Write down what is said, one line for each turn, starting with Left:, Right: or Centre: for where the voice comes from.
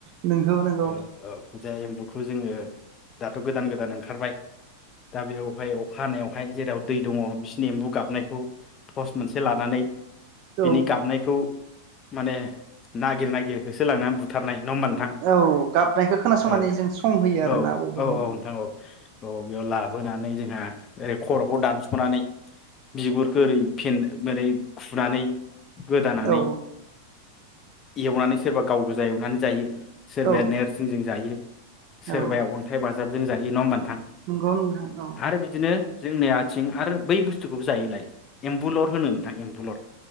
Right: नंगौ नंगौ
Left: औ औ। जाय एम खु जोङो दाथ' गोदान गोदान ओंखारबाय दा बेवहाय अखा हानायावहाय जेराव दै दङ बिसि नि एम्बु गाबनायखौ तस्ट मोनसे लानानै बिनि
Right: औ
Left: गाबनायखौ माने नागिर नागिरखौसो लांनानै बुथारनाय नङा होमबा नोंथां
Right: औ गाबनायखौ खोनासंनानै
Left: औ
Right: जों संहोयो आरोना
Left: औ
Right: बबाव
Left: औ
Right: दं
Left: औ नोंथां औ औ बेयाव लाबोनानै जोंहा ओरै खर'खौ दानस'नानै बिगुरखौ ओरै फेन ओरै खुनानै गोदानानै
Right: औ
Left: एवनानै सोरबा गाव गोजा एवनानै जायो। सोरबाया
Right: औ
Left: नोरसिंजों जायो। सोरबाया
Right: औ
Left: अन्थाइ बाजाब जों जायो नङा होमबा नों थां
Right: नंगौ नोंथां औ
Left: आरो बिदिनो जोंनिया थिं आरो बुथुखौ जायोलाय एम्बुलर होनो नोंथां एम्बुलर